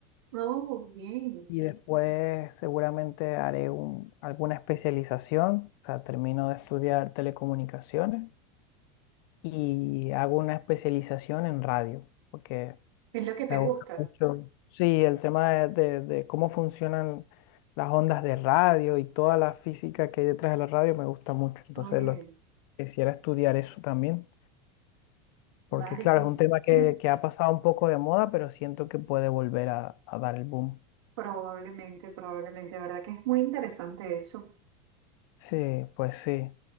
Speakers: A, on the right; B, on the left.
A: oh, bien.
B: y después seguramente haré un- alguna especialización, o sea, termino de estudiar telecomunicaciones y hago una especialización en radio, porque
A: Es lo que te
B: Me gusta
A: gusta.
B: mucho, sí, el tema de, de- de cómo funcionan las ondas de radio y toda la física que hay detrás de la radio me gusta mucho. Entonces,
A: Oye,
B: lo, quisiera estudiar eso también, porque
A: vale,
B: claro,
A: sí.
B: es un tema que,
A: <clears throat>
B: que ha pasado un poco de moda, pero siento que puede volver a, a dar el boom.
A: Probablemente, probablemente, ¿verdad? Que es muy interesante eso.
B: Sí, pues sí.